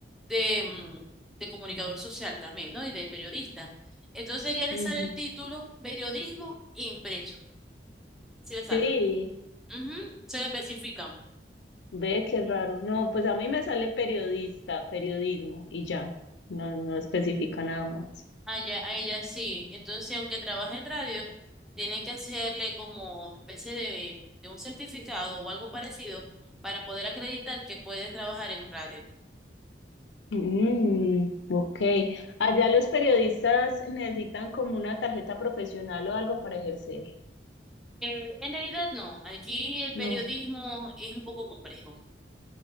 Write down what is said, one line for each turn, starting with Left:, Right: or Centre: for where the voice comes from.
Centre: de, mm, de comunicador social también, ¿no? Y de periodista. Entonces ya le
Left: Ujú.
Centre: sale el título periodismo impreso. Sí le sale.
Left: Sí,
Centre: Ujú, Se le especifica.
Left: ve qué raro. No, pues a mí me sale periodista, periodismo y ya, no, no especifica nada más.
Centre: A ella, a ella sí. Entonces, si aunque trabaje en radio, tienen que hacerle como especie de, de un certificado o algo parecido para poder acreditar que puede trabajar en radio.
Left: Mm, ok. Allá los periodistas necesitan como una tarjeta profesional o algo para ejercer.
Centre: Eh, en realidad no, aquí el
Left: No.
Centre: periodismo es un poco complejo,